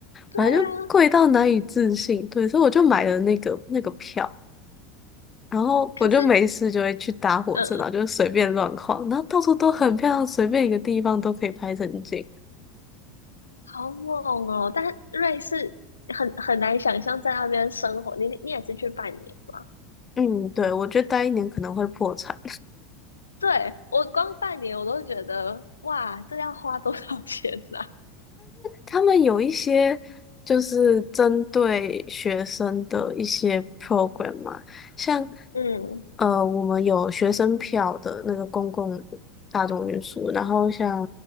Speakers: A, on the left; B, on the left.
A: 对啊。
B: 反正就贵到难以置信。对，所以我就买了那个那个票。然后我就没事就会去搭火车，
A: 可是，嗯，
B: 然后就随便乱晃，然后到处都很漂亮，随便一个地方都可以拍成景。
A: 好猛哦！但瑞士很很难想象在那边生活，你你也是去半年吗？
B: 嗯，对，我觉得待一年可能会破产。
A: 对，我光半年我都觉得哇，这要花多少 <laughs> 钱呐、
B: 他们有一些就是针对学生的一些 program 嘛，像
A: 嗯
B: 呃，我们有学生票的那个公共大众运输，然后像